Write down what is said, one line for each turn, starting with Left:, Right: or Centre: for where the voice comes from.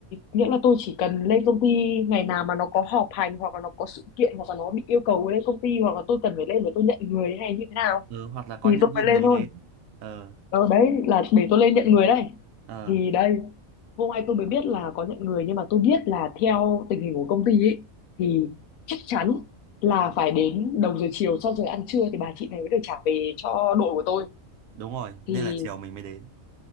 Left: nghĩa là tôi chỉ cần lên công ty ngày nào mà nó có họp hành hoặc là nó có sự kiện hoặc là nó bị yêu cầu lên công ty hoặc là tôi cần phải lên để tôi nhận người thế này như thế nào
Right: ừ, hoặc là có
Left: thì
Right: nhân
Left: tôi
Right: viên
Left: mới lên
Right: mới
Left: thôi
Right: đến ờ
Left: ờ đấy là để tôi lên nhận người đây
Right: ờ
Left: thì đây hôm nay tôi mới biết là có nhận người nhưng mà tôi biết là theo tình hình của công ty ấy thì chắc chắn là phải đến đầu giờ chiều sau giờ ăn trưa thì bà chị này mới được trả về cho đội của tôi
Right: đúng rồi
Left: thì
Right: nên là chiều mình mới đến